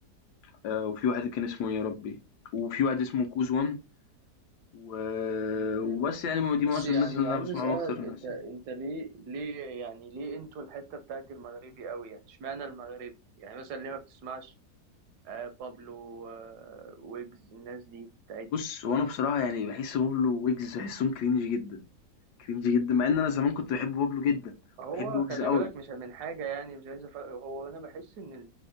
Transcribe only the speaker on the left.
آه، وفي واحد كان اسمه إيه يا ربي وفي واحد اسمه كوز وان و...
وبس يعني ما- دي
معظم
الناس اللي انا
بسمعهم
اكتر الناس
يعني
بص وانا بصراحه يعني بحس بابلو ويجز بحسهم كرينج جدا كرينج جدا مع ان انا زمان كنت بحب بابلو جدا
بحب ويجز
قوي